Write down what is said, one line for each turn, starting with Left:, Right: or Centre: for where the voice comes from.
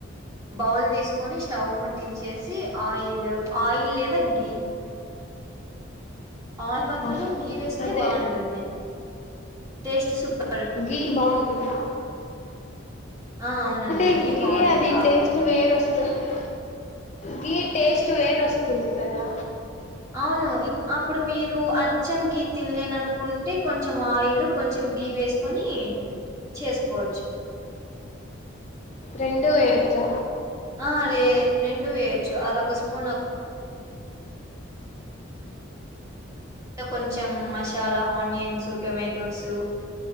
Right: బౌల్ తీసుకొని స్టవ్ ముట్టించేసి ఆయిల్ ఆయిల్ లేదా గీ ఆయిల్ బదులు
Left: ఆహా
Right: గీ గీ వేసుకుంటే
Left: అదే
Right: బాగుంటుంది టెస్ట్ సుపర్
Left: గీ బాగుంటుందా
Right: ఆ అవునండి
Left: తగి
Right: గీ బాగుంటుంది
Left: అది
Right: ఆయిల్
Left: టేస్ట్
Right: కన్నా
Left: వేరుొస్తుంది గీ టేస్ట్ వేరొస్తుంది కదా
Right: అవును అప్పుడు మీరు అచ్చం గీ తినలేన అనుకుంటే కొంచెం ఆయిల్ కొంచెం గీ వేసుకొని చేసుకోవచ్చు
Left: రెండు వెయ్యొచ్చా
Right: అదిే రెండు వేయొచ్చు అదొక స్పూన్ అదొక స్పూన్ కొంచెం మసాలా ఆనియన్స్ టొమాటోసు